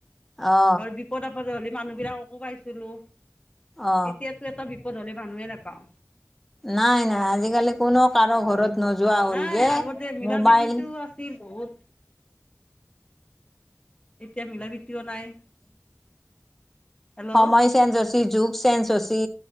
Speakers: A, in the centre; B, on the left.
A: অ
B: ধৰ বিপদ আপদে হ'লি মানুহ বিলাককো পাইছিলো
A: অ
B: এতিয়াতো এটা বিপদ হ'লে মানুহে নেপাওঁ।
A: নাই নাই আজিকালি কোনো কাৰো
B: অ
A: ঘৰত নোযোৱা হ'ল
B: নাই
A: যে
B: আগতে মিলা
A: মোবাইল
B: প্ৰিতিটো আছিল বহুত। এতিয়া মিলা প্ৰীতিও নাই। হেল্ল'
A: সময় চেঞ্জ হৈছি যুগ চেঞ্জ হৈছি